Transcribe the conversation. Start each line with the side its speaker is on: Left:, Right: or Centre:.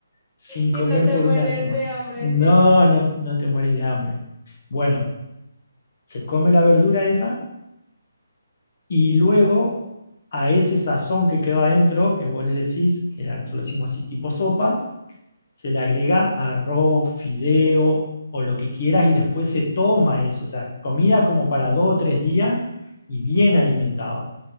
Left: sin
Centre: Y
Left: comer
Centre: no te
Left: por
Centre: mueres
Left: una semana.
Centre: de hambre,
Left: No,
Centre: sí.
Left: no, no te morís de hambre. Bueno, se come la verdura esa y luego a ese sazón que quedó adentro, que vos le decís, que nosotros lo decimos así tipo sopa, se le agrega arroz, fideo o lo que quieras y después se toma eso. O sea, comida como para dos o tres días y bien alimentado.